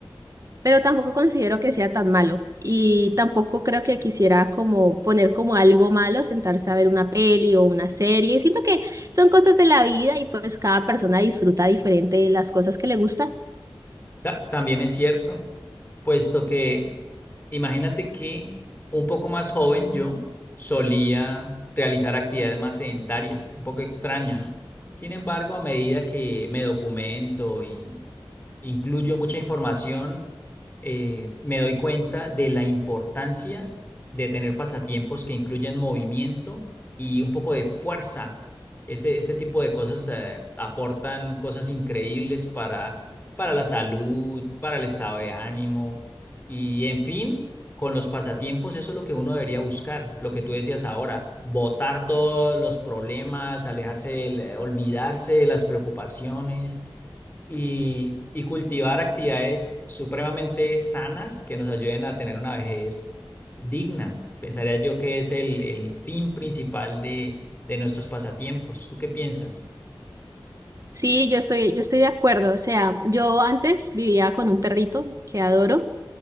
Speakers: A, on the right; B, on the left.
A: pero tampoco considero que sea tan malo y tampoco creo que quisiera como poner como algo malo sentarse a ver una peli o una serie. Siento que son cosas de la vida y pues cada persona disfruta diferente de las cosas que le gustan.
B: Ta- también es cierto, puesto que imagínate que un poco más joven yo solía realizar actividades más sedentarias, un poco extraño, ¿no? Sin embargo, a medida que me documento y incluyo mucha información, eh, me doy cuenta de la importancia de tener pasatiempos que incluyan movimiento y un poco de fuerza. Ese, ese tipo de cosas, eh, aportan cosas increíbles para para la salud, para el estado de ánimo y en fin, con los pasatiempos eso es lo que uno debería buscar, lo que tú decías ahora, botar todos los problemas, alejarse, del- eh, olvidarse de las preocupaciones y, y cultivar actividades supremamente sanas que nos ayuden a tener una vejez digna. Pensaría yo que es el, el fin principal de, de nuestros pasatiempos. ¿Tú qué piensas?
A: Sí, yo estoy, yo estoy de acuerdo. O sea, yo antes vivía con un perrito que adoro.